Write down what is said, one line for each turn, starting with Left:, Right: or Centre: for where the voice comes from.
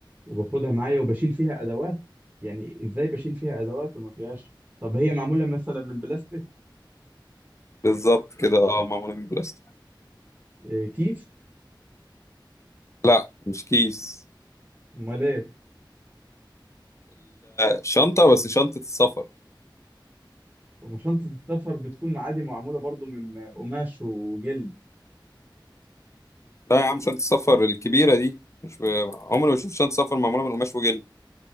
Right: وباخدها معايا وبشيل فيها ادوات يعني ازاي بشيل فيها ادوات وما فيهاش طب هي معموله مثلا من بلاستيك
Left: بالظبط كده اه معمولة من بلاستيك
Right: إيه كيس
Left: لا مش كيس
Right: امال ايه
Left: الشنطة بس شنطة السفر
Right: طب ما شنطه السفر بتكون عادي معموله برضو من آه، قماش وجلد
Left: لا يا عم شنطة السفر الكبيرة دي مش ب... عمري
Right: أ-
Left: ما شفت شنطة سفر معمولة من قماش وجلد